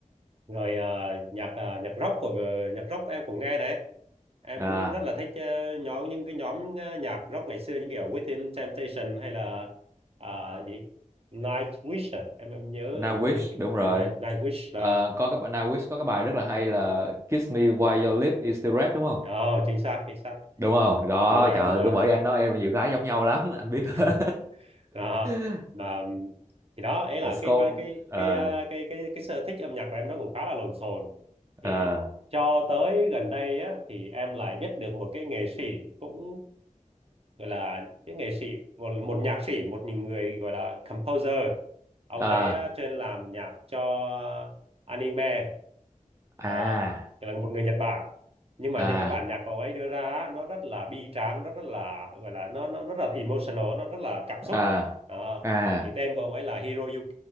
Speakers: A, on the right (about 45°); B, on the right (about 20°).
A: rồi ờ, nhạc ờ, nhạc rock của nhạc rock em cũng nghe này em
B: à
A: cũng rất là thích ờ, nhóm những cái nhóm ờ, nhạc rock ngày xưa những kiểu Within Temptation hay là à, gì Nightwish à? em em nhớ
B: Nowitch
A: em nhiều cái
B: đúng
A: ờ,
B: rồi
A: Night Nightwish
B: Ờ,
A: đó
B: có các bạn Nowitch có cái bài rất là hay là Kiss me while your lip is still red đúng không
A: oh, chính xác chính xác
B: đúng không đó
A: đúng rồi
B: trời
A: đúng
B: ơi,
A: rồi
B: cứ bởi anh nói em nhiều cái giống nhau lắm anh biết
A: <laughs>
B: hết
A: đó
B: <laughs>
A: mà ừm, thì đó ấy là
B: The score
A: cái cái cái
B: ờ
A: cái ờ, cái cái, cái sở thích âm nhạc của em nó cũng khá là lộn xộn thì
B: ờ
A: cho tới gần đây á thì em lại biết được một cái nghệ sĩ cũng gọi là những nghệ sĩ một một nhạc sĩ một người gọi là composer ông
B: ờ
A: ấy ờ, chuyên làm nhạc cho anime
B: à
A: Đó, là một người Nhật Bản nhưng mà
B: à
A: những cái bản nhạc của ông ấy đưa ra á, nó rất là bi tráng nó rất là gọi là nó nó nó rất là emotional nó rất là cảm xúc
B: à
A: Đó.
B: à
A: thì tên của ông ấy là Hiroyuki